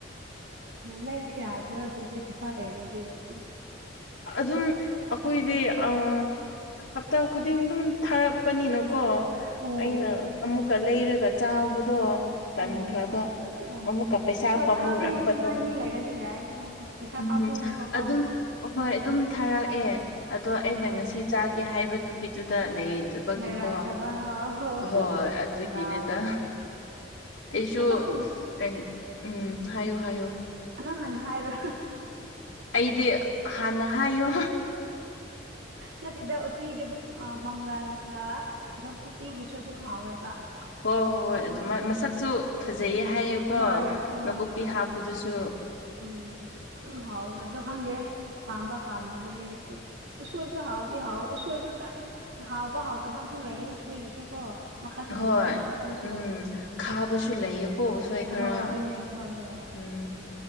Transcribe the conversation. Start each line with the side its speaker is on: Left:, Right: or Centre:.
Right: ꯂꯩꯕ ꯌꯥꯗ꯭ꯔꯣ ꯑꯗꯨꯗꯤ ꯄꯩꯁꯥ ꯂꯩꯔꯗꯤ ꯗꯨꯝ
Left: ꯑꯗꯨꯝ ꯑꯩꯈꯣꯏꯗꯤ ꯑꯪ ꯍꯞꯇꯥꯡ ꯈꯨꯗꯤꯡ ꯗꯨꯝ ꯊꯥꯔꯛꯄꯅꯤꯅꯀꯣ
Right: ꯑꯣ
Left: ꯑꯩꯅ ꯑꯃꯨꯛꯀ ꯂꯩꯔꯒ ꯆꯥꯕꯗꯣ ꯇꯟꯈ꯭ꯔꯕ
Right: ꯎꯝ ꯑꯣ
Left: ꯑꯃꯨꯛꯀ ꯄꯩꯁꯥ
Right: ꯍꯣꯏ
Left: ꯄꯝꯃꯨꯔꯛꯄꯗ
Right: ꯊꯥꯕꯤꯅꯤꯉꯥꯏ ꯃꯤ ꯂꯩꯔꯗꯤ ꯌꯥꯏ ꯑꯗꯣ ꯍꯣꯏ ꯄꯩꯁꯥ
Left: ꯎꯝ
Right: ꯄꯥꯝꯃꯨꯑꯦꯕꯀꯣ
Left: ꯑꯗꯨꯝ ꯑꯍꯣꯏ ꯑꯗꯨꯝ ꯊꯥꯔꯛꯑꯦ ꯑꯗꯣ
Right: ꯍꯣꯏ
Left: ꯑꯩꯅ
Right: ꯍꯣꯏ ꯐꯔꯦ
Left: ꯉꯁꯤ
Right: ꯑꯗꯨꯗꯤ
Left: ꯆꯥꯒꯦ ꯍꯥꯏꯕ ꯅꯨꯃꯤꯠꯇꯨꯗ ꯂꯩꯗ ꯕꯒꯤ
Right: ꯂꯩꯔꯛꯇꯕ
Left: ꯀꯣ
Right: ꯍꯣꯏ ꯍꯣꯏ
Left: ꯑꯍꯣꯏ ꯑꯗꯨꯒꯤꯅꯦꯗ
Right: ꯗꯥꯎꯗꯣ
Left: ꯑꯩꯁꯨ
Right: ꯑꯗꯨꯝ
Left: ꯀꯩꯟ ꯎꯝ ꯍꯥꯏꯌꯨ ꯍꯥꯏꯌꯨ
Right: ꯅꯪ ꯍꯥꯟꯅ ꯍꯥꯏꯔꯣ
Left: ꯑꯩꯗꯤ ꯍꯥꯟꯅ ꯍꯥꯏꯌꯣ
Right: ꯅꯠꯇꯦꯗ ꯎꯇꯤꯗꯤ ꯗꯨꯝ ꯃꯪꯒꯟꯒ ꯅꯥꯀꯨꯞꯄꯤꯒꯤꯁꯨ ꯑꯗꯨꯝ ꯍꯥꯎꯋꯦꯕ
Left: ꯍꯣꯏ ꯍꯣꯏ ꯍꯣꯏ
Right: ꯑꯗꯨꯗꯤ
Left: ꯑꯗꯨꯃꯥꯏ ꯃꯁꯛꯁꯨ ꯐꯖꯩꯌꯦ ꯍꯥꯏꯌꯦꯀꯣ
Right: ꯍꯣꯏ ꯍꯣꯏ
Left: ꯅꯀꯣꯛꯇꯤ
Right: ꯍꯣꯏ ꯍꯣꯏ
Left: ꯍꯥꯞ ꯑꯗꯨꯁꯨ
Right: ꯎꯝ ꯑꯗꯨꯝ ꯍꯥꯎꯋꯦꯕ ꯑꯣ ꯈꯪꯗꯦ ꯄꯥꯝꯕ ꯄꯥꯝꯗꯕꯗꯤ ꯑꯗꯨꯝ ꯎꯁꯣꯏꯁꯨ ꯍꯥꯎꯗꯤ ꯍꯥꯎ ꯎꯁꯣꯏꯁꯨ ꯆꯥꯅꯤꯡꯉ ꯍꯥꯎꯕ ꯍꯥꯎꯇꯕ ꯑꯃꯨꯛ ꯂꯩꯌꯦ ꯎꯁꯣꯏꯒꯤꯁꯨ ꯀꯣ꯫ ꯃꯈꯜ
Left: ꯍꯣꯏ
Right: ꯂꯩꯌꯦꯗꯅ ꯎꯁꯣꯏꯁꯨ
Left: ꯎꯝ ꯈꯥꯕꯁꯨ ꯂꯩꯌꯦꯀꯣ ꯎꯁꯣꯏ ꯈꯔ
Right: ꯑꯍꯣꯏ ꯑꯗꯨꯅꯦ ꯍꯣꯏ ꯍꯣꯏ ꯍꯣꯏ꯫
Left: ꯎꯝ